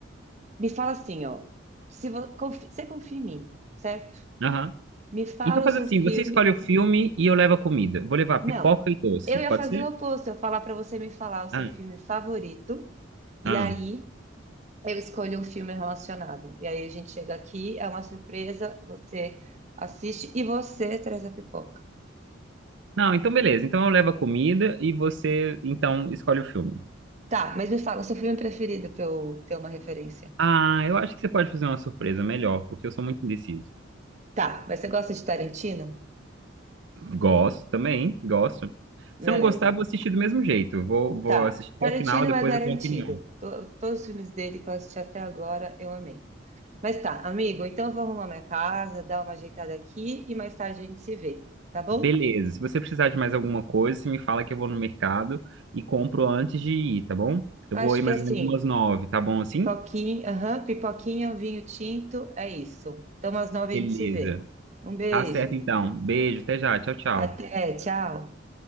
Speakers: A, on the right; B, on the right.
A: me fala assim, ó, se vo- confi- você confia em mim, certo?
B: Aham.
A: Me fala
B: Então faz
A: o seu
B: assim,
A: filme.
B: você escolhe o filme e eu levo a comida. Vou levar
A: Não,
B: pipoca e doce,
A: eu ia
B: pode
A: fazer
B: ser?
A: o oposto, eu ia falar para você me falar o seu
B: Ah,
A: filme favorito, e
B: ah.
A: aí eu escolho um filme relacionado. E aí a gente chega aqui, é uma surpresa, você assiste e você traz a pipoca.
B: Não, então beleza. Então eu levo a comida e você, então, escolhe o filme.
A: Tá, mas me fala o seu filme preferido para eu ter uma referência.
B: Ah, eu acho que você pode fazer uma surpresa melhor, porque eu sou muito indeciso.
A: Tá, mas você gosta de Tarantino?
B: Gosto também, gosto.
A: Beleza.
B: Se eu não gostar, eu vou assistir do mesmo jeito. Eu Vou, vou
A: Tá,
B: assistir até
A: Tarantino
B: o final, depois
A: é garantido.
B: eu dou uma opinião.
A: To- todos os filmes dele que eu assisti até agora, eu amei. Mas tá, amigo, então eu vou arrumar minha casa, dar uma ajeitada aqui e mais tarde a gente se vê, tá bom?
B: Beleza. Se você precisar de mais alguma coisa, você me fala que eu vou no mercado e compro antes de ir, tá bom? Eu
A: Acho
B: vou ir
A: que
B: mais
A: assim,
B: ou menos umas nove, tá bom assim?
A: pipoquinha, aham, pipoquinha, um vinho tinto, é isso. Então às nove
B: Beleza.
A: a gente se vê. Um beijo.
B: Tá certo, então. Beijo, até já. Tchau, tchau.
A: Até, tchau.